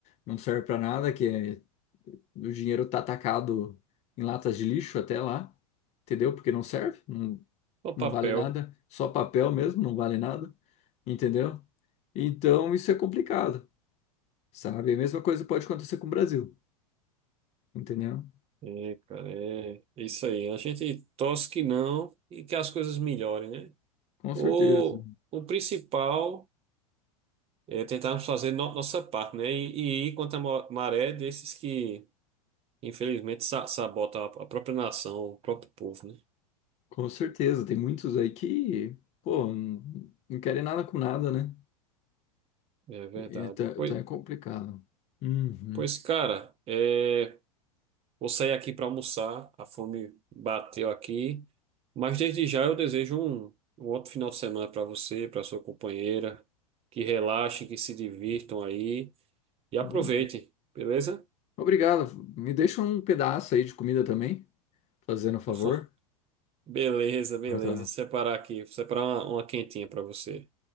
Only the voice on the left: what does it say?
não serve para nada, que é, o dinheiro tá atacado em latas de lixo até lá, entendeu? Porque não serve, não,
não
vale nada, só papel mesmo, não vale nada, entendeu? Então isso é complicado, sabe? A mesma coisa pode acontecer com o Brasil, entendeu?
Com
certeza,
com certeza. Tem muitos aí que, pô, não, não querem nada com nada, né?
Então,
então é complicado. Uhum.
Obrigado.
Obrigado. Me deixa um pedaço aí de comida também, fazendo
um favor.
Ah, tá.